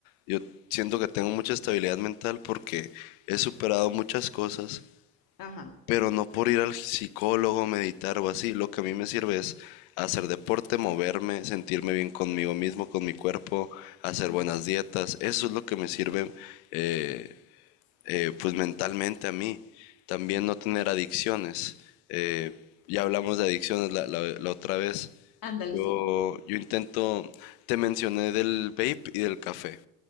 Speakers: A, on the left; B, on the left.
A: Yo siento que tengo mucha estabilidad mental porque he superado muchas cosas
B: ajá,
A: pero no por ir al psicólogo, meditar o así. Lo que a mí me sirve es hacer deporte, moverme, sentirme bien conmigo mismo, con mi cuerpo, hacer
B: ajá.
A: buenas dietas. Eso es lo que me sirve eh, eh, pues mentalmente a mí. También no tener adicciones. Eh, ya hablamos de adicciones la, la- la otra vez.
B: Ándale,
A: Yo,
B: sí.
A: yo intento, te mencioné del vape y del café